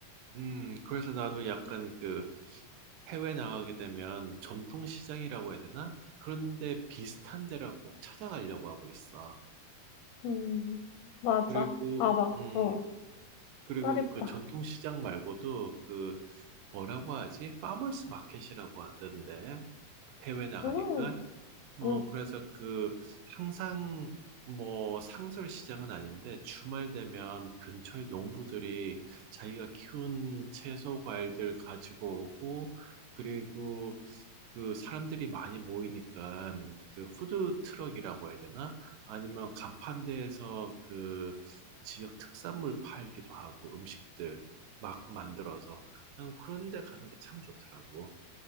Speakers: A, on the right (about 80°); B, on the left (about 80°).
A: 음, 그래서 나도 약간 그 해외 나가게 되면 전통 시장이라고 해야 되나? 그런데 비슷한 데를 꼭 찾아가려고 하고 있어.
B: 음, 맞아.
A: 그리고,
B: 아, 봐.
A: 음,
B: 어,
A: 그리고
B: 말해봐.
A: 그 전통 시장 말고도 그 뭐라고 하지? 파머스 마켓이라고 하던데. 해외 나가니까.
B: 음.
A: 어,
B: 응,
A: 그래서 그 항상 뭐 상설 시장은 아닌데 주말 되면 근처의 농부들이 자기가 키운 채소 과일들 가지고 오고 그리고 그 사람들이 많이 모이니까 그 푸드 트럭이라고 해야 되나? 아니면 가판대에서 그 지역 특산물 팔기도 하고 음식들 막 만들어서 난 그런 데 가는 게 참 좋더라고.